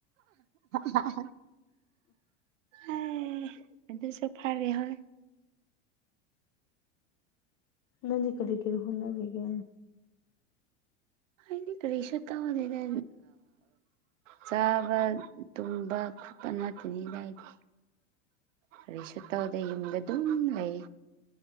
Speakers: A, on the right (about 85°); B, on the left (about 40°).
A: ꯍꯥ ꯍꯥꯥ ꯑꯦ ꯑꯗꯨ ꯁꯨ ꯐꯔꯦ ꯍꯣꯌ
B: ꯅꯡ ꯗ ꯀꯔꯤ ꯀꯔꯤ ꯍꯣꯠꯅꯔꯤꯒꯦ
A: ꯑꯩꯗꯤ ꯀꯔꯤꯁꯨ ꯇꯧꯗꯦꯗ ꯆꯥꯕ ꯇꯨꯝꯕ ꯈꯣꯠꯄ ꯅꯠꯇꯅꯤ ꯀꯏꯗꯤ ꯀꯔꯤꯁꯨ ꯇꯧꯗꯦ ꯌꯨꯝꯗ ꯑꯗꯨꯝ ꯂꯩ